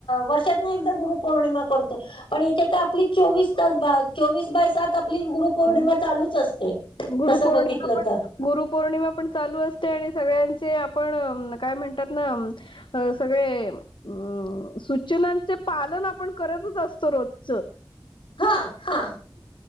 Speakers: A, on the left; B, on the left.
A: वर्षात ना एकदा गुरुपौर्णिमा करतो. पण इथे तर आपली चोवीस तास चोवीस बाय सात आपली गुरुपौर्णिमा
B: हम्म
A: चालूच असते.
B: गुरुपौर्णिमा
A: तसं बघितलं
B: पण.
A: तर
B: गुरुपौर्णिमा पण असते. आणि सगळ्यांचे आपण काय म्हणतात ना. अ सगळे अं. हम्म सूचनांचे पालन आपण करतच असतो रोजचं.
A: हां.